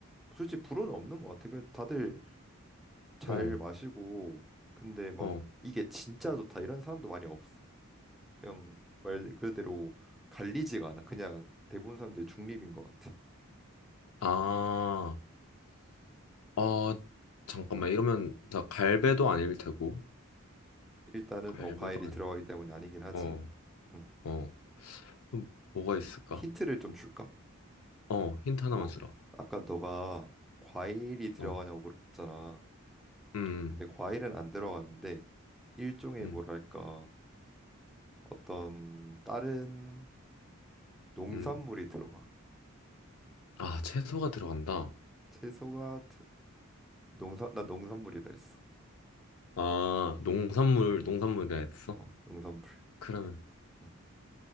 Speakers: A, in the centre; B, on the left.
A: 솔직히 불호는 없는 것 같아. 그 다들 잘
B: 어.
A: 마시고 근데 막
B: 어.
A: 이게 진짜 좋다 이런 사람도 많이 없어. 그냥 말 그대로 갈리지가 않아. 그냥 대부분 사람들이 중립인 것 같아.
B: 아, 어, 잠깐만. 이러면 나 갈배도 아닐 테고.
A: 일단은
B: 갈배도
A: 어, 과일이
B: 아니고.
A: 들어가기 때문에 아니긴 하지.
B: 어,
A: 음.
B: 어. 그럼 뭐가
A: 히-
B: 있을까?
A: 힌트를 좀 줄까?
B: 어, 힌트 하나만
A: 어,
B: 주라.
A: 아까 너가 과일이 들어가냐고
B: 어,
A: 물어봤잖아.
B: 음,
A: 근데 과일은 안 들어갔는데 일종의
B: 음,
A: 뭐랄까 어떤 다른 농산물이
B: 음.
A: 들어가.
B: 아, 채소가 들어간다.
A: 채소가 드- 농산 나 농산물이라 했어.
B: 아, 농산물, 농산물이라 했어?
A: 어, 농산물.
B: 그러면,
A: 음.